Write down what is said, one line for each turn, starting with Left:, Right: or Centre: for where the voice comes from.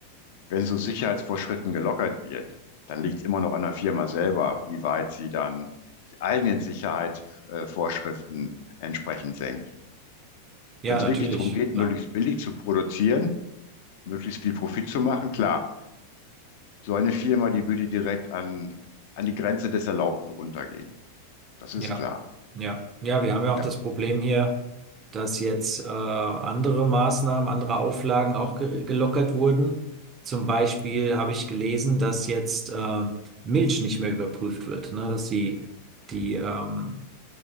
Left: wenn so Sicherheitsvorschriften gelockert wird, dann liegt es immer noch an der Firma selber, wie weit sie dann die eigenen Sicherheitsvorschriften entsprechend senkt.
Right: Ja,
Left: Wenn es
Right: natürlich,
Left: wirklich darum geht,
Right: klar.
Left: möglichst billig zu produzieren, möglichst viel Profit zu machen, klar. So eine Firma, die würde direkt an, an die Grenze des Erlaubten runtergehen. Das ist
Right: Ja,
Left: klar.
Right: ja, ja, wir haben ja
Left: Ja.
Right: auch das Problem hier, dass jetzt, äh, andere Maßnahmen, andere Auflagen auch ge gelockert wurden. Zum Beispiel habe ich gelesen, dass jetzt, äh, Milch nicht mehr überprüft wird, ne, dass die, die, ähm,